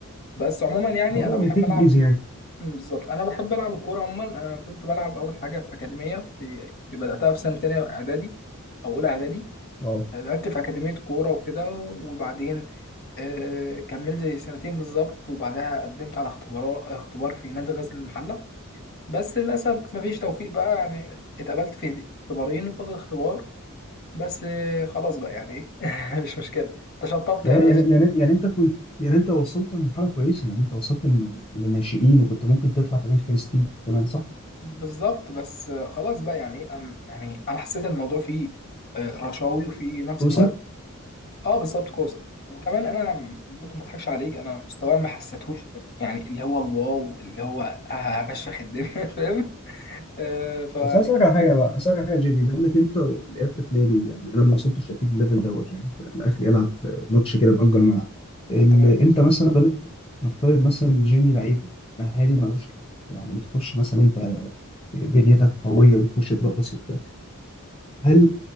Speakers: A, on the left; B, on the left.
A: بس عموما يعني
B: الموضوع
A: أنا بحب
B: بيتاكل
A: ألعب
B: ايزي يعني
A: مم، بالظبط أنا بحب ألعب الكورة عموما أنا كنت بلعب أول حاجة في أكاديمية في, في بدأتها في سنة تانية إعدادي أو أولى إعدادي
B: واو
A: لعبت في أكاديمية كورة وكده وبعدين آه كملت سنتين بالظبط وبعدها قدمت على اختبار اختبار في نادي غزل المحلة بس للأسف مفيش توفيق بقى يعني اتقبلت في اختبارين وفضل اختبار بس آه، خلاص بقى يعني ايه <laughs> مش مشكله انت شطبت
B: يعني
A: يا باشا
B: يعني يعني يعني انت كنت يعني انت وصلت لمرحله كويسه يعني انت وصلت لم- لناشئين وكنت ممكن تطلع كمان فلسطين كمان صح؟
A: بالظبط بس آه، خلاص بقى يعني ايه أم- يعني انا حسيت الموضوع فيه آه، رشاوي وفي نفس
B: كوسه
A: الوقت اه بالظبط كوسه وكمان انا برضو ما اضحكش عليك انا مستواي ما حسيتهوش يعني اللي هو الواو اللي هو آه، هفشخ الدنيا <laughs> فاهم آه فيعني
B: بس عايز اسالك على حاجه بقى عايز اسالك على حاجه يا جيمي بما انك انت لعبت في نادي يعني انا ما وصلتش اكيد الليفل دوت يعني الاخر يلعب في ماتش كده نأجر ملعب ال...
A: طب تمام
B: انت مثلا نفترض نفترض مثلا جيمي لعيب مهاري ملوش حل يعني بتخش مثلا انت بنيتك قويه وبتخش ترقص وبتاع هل